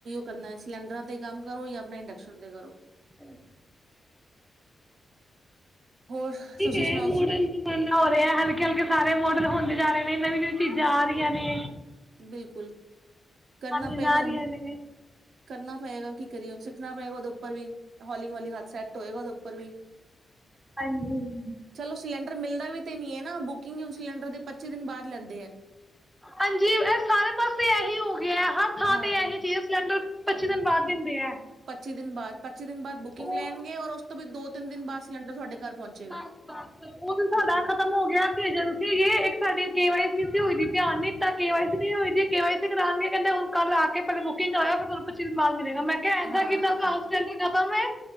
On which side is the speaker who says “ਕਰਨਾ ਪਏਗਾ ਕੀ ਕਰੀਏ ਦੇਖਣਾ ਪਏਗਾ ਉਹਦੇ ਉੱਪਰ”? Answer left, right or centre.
Right